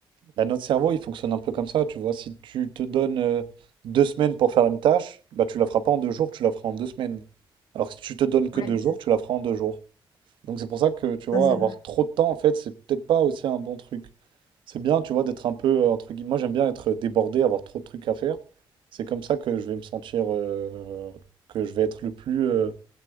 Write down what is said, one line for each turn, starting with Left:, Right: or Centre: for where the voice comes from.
Right: Bah, notre cerveau, il fonctionne un peu comme ça, tu vois. Si tu te donnes euh, deux semaines pour faire une tâche, bah, tu la feras pas en deux jours, tu la feras en deux semaines. Alors que si tu te donnes que
Left: Ouais,
Right: deux jours,
Left: ça,
Right: tu la feras en deux jours. Donc c'est pour ça que, tu vois,
Left: ça, c'est
Right: avoir
Left: vrai.
Right: trop de temps, en fait, c'est peut-être pas aussi un bon truc. C'est bien, tu vois, d'être un peu, euh, entre guillemets, moi j'aime bien être débordé, avoir trop de trucs à faire. C'est comme ça que je vais me sentir, euh, que je vais être le plus, euh,